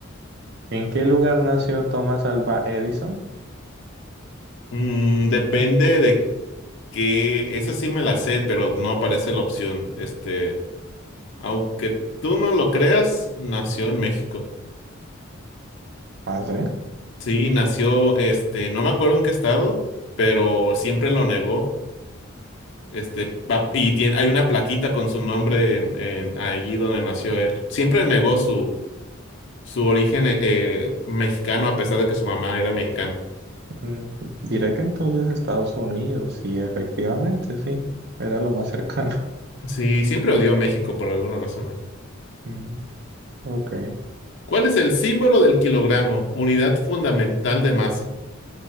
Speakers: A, on the right; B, on the left.
A: ¿En qué lugar nació Thomas Alva Edison?
B: Mm, depende de qué. Esa sí me la sé, pero no aparece la opción. Este, aunque tú no lo creas, nació en México.
A: Ah, sí.
B: Sí, nació, este, no me acuerdo en qué estado, pero siempre lo negó. Este, pa- y tiene, hay una plaquita con su nombre en, en- allí donde nació él. Siempre negó su, su origen eh, eh, mexicano a pesar de que su mamá era mexicana.
A: Mm, Diré que entonces Estados Unidos, y efectivamente, sí. Era lo más cercano. <laughs>
B: Sí, siempre odió a México por alguna razón. él.
A: Mm, Ok.
B: ¿Cuál es el símbolo del kilogramo? Unidad fundamental de masa.